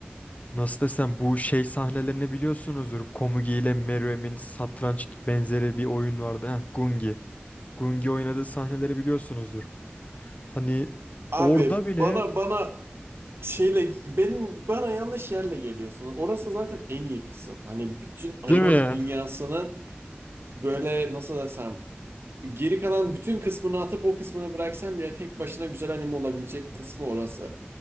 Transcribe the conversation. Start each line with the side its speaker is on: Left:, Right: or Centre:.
Left: nasıl desem bu şey sahnelerini biliyorsunuzdur. Komugi ile Meruem'in satranç benzeri bir oyun vardı. Heh, Gungi. Gungi oynadığı sahneleri biliyorsunuzdur. Hani
Right: Abi
Left: orada bile
Right: bana bana Şeyle benim bana yanlış yerle geliyorsunuz. Orası zaten en iyi kısım. Hani bütün
Left: Değil
Right: anime
Left: mi?
Right: dünyasının böyle nasıl desem geri kalan bütün kısmını atıp o kısmını bıraksan bile tek başına güzel anime olabilecek kısmı orası.